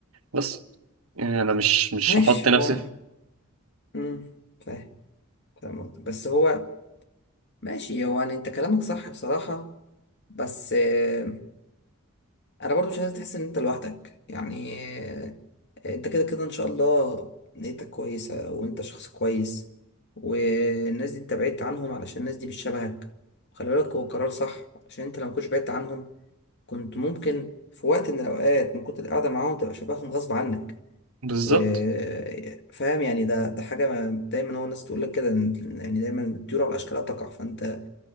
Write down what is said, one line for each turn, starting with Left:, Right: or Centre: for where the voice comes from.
Right: بس يعني انا مش مش
Left: ماشي
Right: هحط نفسي
Left: هو
Right: في
Left: امم فاهم فاهم قصدك. بس هو ماشي هو يعني انت كلامك صح بصراحة بس آه، انا برضو مش عايز تحس ان انت لوحدك يعني آه، انت كده كده ان شاء الله نيتك كويسة وانت شخص كويس والناس دي انت بعدت عنهم علشان الناس دي مش شبهك خلي بالك هو قرار صح عشان انت لو مكنتش بعدت عنهم كنت ممكن في وقت من الاوقات من كتر القعدة معاهم تبقى شبههم غصب عنك
Right: بالظبط
Left: وفاهم يعني ده ده حاجة ما دايما هو الناس تقول لك كده إن- يعني دايما الطيور على أشكالها تقع فأنت